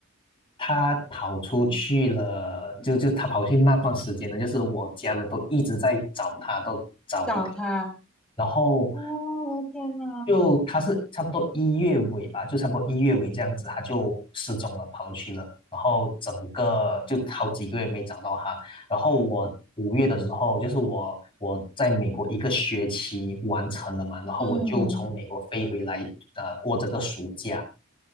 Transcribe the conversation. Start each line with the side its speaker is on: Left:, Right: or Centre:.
Left: 他跑出去了，就就他跑去那段时间呢，就是我家人都一直在找他，都找不到。
Centre: 找他。
Left: 然后
Centre: 哦，我的天呐！
Left: 就他是差不多一月尾吧，就差不多一月尾这样子，他就失踪了，跑出去了。然后整个就好几个月没找到他。然后我五月的时候，就是我我在美国一个学期完成了嘛，然后我就从美国飞回来，
Centre: 嗯
Left: 啊，过这个暑假。